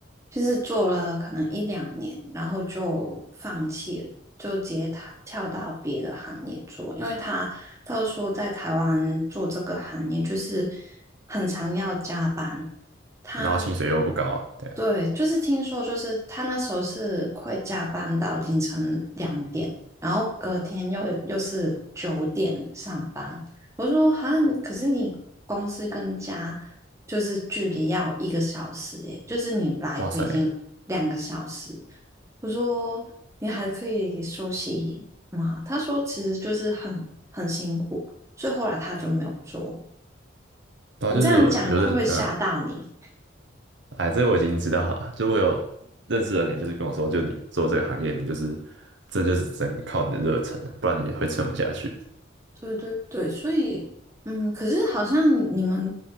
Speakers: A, on the right; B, on the right.
A: 就是做了可能一两年，然后就放弃了，就直接跳跳到别的行业做，因为他他就说在台湾做这个行业就是很常要加班。他
B: 然后薪水又不高啊，对啊。
A: 对，就是听说，就是他那时候是会加班到凌晨两点，然后隔天又又是九点上班。我说哈，可是你公司跟家就是距离要一个小时耶，就是你来回已经两个小时。
B: 哇塞，
A: 我说你还可以休息吗？他说其实就是很很辛苦，所以后来他就没有做。
B: 对啊，
A: 我这样讲，
B: 就是我有认，
A: 你会不会吓到你？
B: 嗯，哎，这个我已经知道了，就我有认识的人，也就是跟我说，就你做这个行业，你就是这就是只能靠你的热忱，不然你会撑不下去。
A: 对对对，所以，嗯，可是好像你们